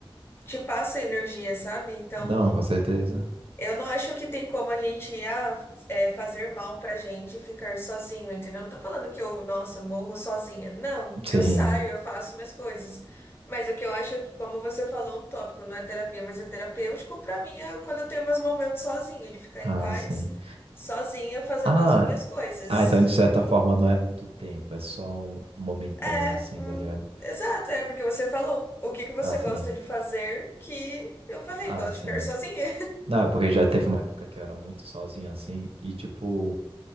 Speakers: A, on the left; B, on the right.
A: te passa energia, sabe? Então,
B: Não, com certeza.
A: eu não acho que tem como a gente ah, é, fazer mal pra gente ficar sozinho, entendeu? Não tô falando que eu, nossa, morro sozinha. Não,
B: Sim.
A: eu saio, eu faço minhas coisas. Mas o que eu acho é que, como você falou, é um tópico, não é terapia, mas é terapêutico, pra mim é quando eu tenho meus momentos sozinha, de ficar
B: Ah,
A: em paz,
B: sim.
A: sozinha, fazendo
B: Ah,
A: as minhas coisas.
B: ah, então de certa forma não é muito tempo, é só um momentâneo,
A: É,
B: assim,
A: hum,
B: tá ligado?
A: exato, é porque você falou o que que você
B: Ah, sim.
A: gosta de fazer que eu falei,
B: Ah,
A: gosto
B: sim.
A: de ficar sozinha.
B: Não, é porque já teve uma época que eu era muito sozinho, assim, e, tipo.